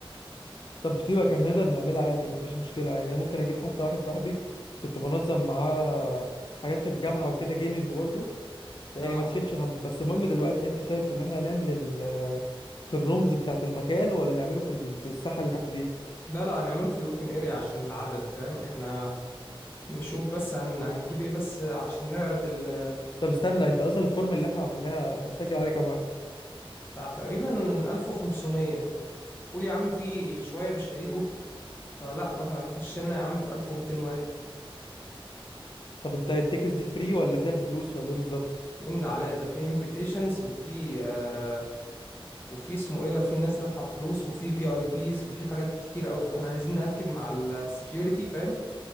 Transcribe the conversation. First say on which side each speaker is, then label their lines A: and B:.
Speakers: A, on the left; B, on the left.
A: طب سيبك احنا نقدر نعملها عادي مفيش مشكله يعني انا ممكن اجيب حتى واحد صاحبي كنت بنظم معاه حاجات في الجامعه وكده جيمنج برضو فيعني
B: اه
A: ما تشيلش هم بس المهم دلوقتي انت شايف ان احنا هنعمل ال... في الرومز بتاعه المكان ولا نعمله في ال... في الساحه اللي تحت دي
B: لا لا هنعمله في الاوبن اريا عشان العدد فاهم احنا نشوف بس هن... هنجيب ايه بس عشان نعرض ال...
A: طب استنى انت اصلا الفورم اللي احنا عملناها سجل عليه كام واحد
B: بتاع تقريبا 1500 قول يا عم في شويه مش هيجوا فلا بقى هيخش لنا يا عم في 1200 واحد
A: طب انت التيكس دي فري ولا فيها بفلوس ولا ايه بالظبط
B: من ده على ده في انفيتيشنز وفي آه، وفي اسمه ايه ده في ناس دافعه فلوس وفي في اي بيز وفي حاجات كتير قوي فاحنا عايزين ناكد مع السكيورتي فاهم